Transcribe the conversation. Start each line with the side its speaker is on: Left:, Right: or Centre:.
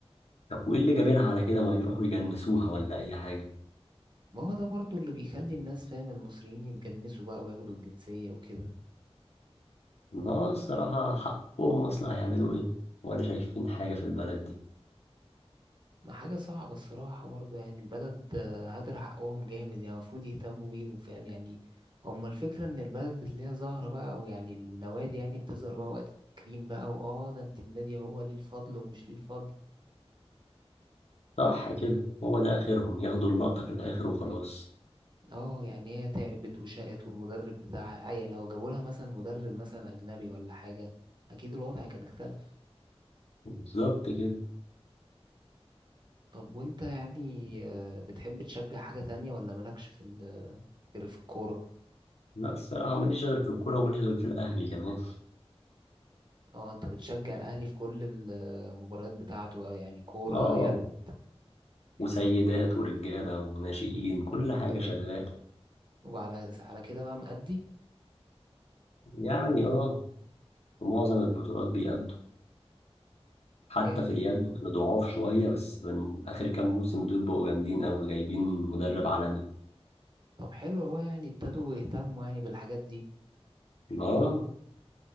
Left: طب وايه اللي جابرها على كده ما يروحوا يجنسوها ولا اي حاجه
Right: ما هو ده برضو اللي بيخلي الناس فاهم المصريين يتجنسوا بقى وياخدوا الجنسيه وكده
Left: لا الصراحه حقهم اصلا هيعملوا ايه ولا شايفين حاجه في البلد دي
Right: ما حاجة صعبة الصراحة برضو يعني البلد آه، هدر حقهم جامد يعني المفروض يهتموا بيهم فاهم يعني هما الفكرة إن البلد بتلاقيها زهرة بقى أو يعني النوادي يعني بتظهر بقى وقت التكريم بقى وآه ده أنت النادي هو ليه الفضل ومش ليه الفضل
Left: صح كده هو ده اخرهم ياخدوا اللقطه في الاخر وخلاص
Right: آه يعني هي تعبت وشقت والمدرب بتاعها عيا لو جابوا لها مثلا مدرب مثلا أجنبي ولا حاجة أكيد الوضع كان اختلف
Left: بالظبط كده
Right: طب وأنت يعني آه، بتحب تشجع حاجة تانية ولا مالكش في ال- غير في الكورة؟
Left: لا الصراحة ماليش غير في الكورة وماليش غير في الأهلي كمان
Right: اه انت بتشجع الاهلي في كل المباريات بتاعته بقى يعني كورة
Left: اه
Right: يد
Left: وسيدات ورجالة وناشئين كل حاجة شغال
Right: وعلى على كده بقى مأدي
Left: يعني اه في معظم البطولات بيأدوا حتى
Right: جامد
Left: في اليد
Right: والله
Left: أنا ضعاف شوية بس من آخر كام موسم دول بقوا جامدين أوي جايبين مدرب عالمي
Right: طب حلو اهو يعني ابتدوا يهتموا يعني بالحاجات دي
Left: اه